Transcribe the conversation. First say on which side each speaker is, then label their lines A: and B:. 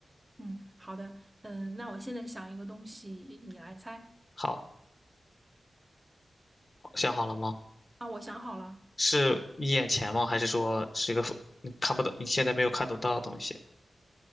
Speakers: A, on the right; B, on the left.
A: 嗯，好的，嗯，那我现在想一个东西，你来猜
B: 好，想好了吗？
A: 啊，我想好了，
B: 是你眼前吗？还是说是一个你看不到，你现在没有看得到的东西？